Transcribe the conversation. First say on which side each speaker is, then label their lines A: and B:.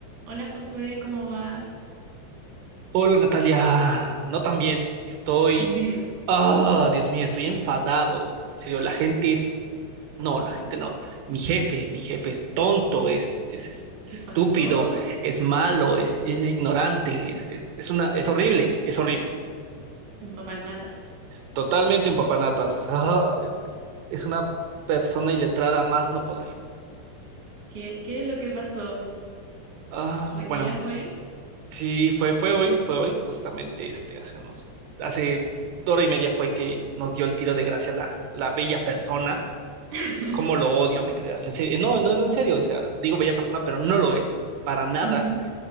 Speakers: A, on the right; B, on the right.
A: Hola Josué, ¿cómo vas?
B: Hola Natalia, no tan bien. Estoy,
A: <laughs> Dime.
B: ah, Dios mío, estoy enfadado. En serio, la gente es, no, la gente no. Mi jefe, mi jefe es tonto, es, es, es, es
A: ¿Qué pasó?
B: estúpido, es malo, es, es ignorante, es, es, es una, es horrible, es horrible.
A: Un papanatas.
B: Totalmente un papanatas. Ah, Dios mío, es una persona iletrada a más no poder.
A: ¿Qué, qué es lo que pasó?
B: Ah,
A: ¿Hoy
B: bueno,
A: día fue?
B: Sí, fue, fue hoy, fue hoy, justamente este, hace unos, hace hora y media fue que nos dio el tiro de gracia la, la bella persona.
A: <laughs>
B: ¿Cómo lo odio? Me creas, en serio. No, no, no, en serio, o sea, digo bella persona, pero no lo es, para nada.
A: Ujú.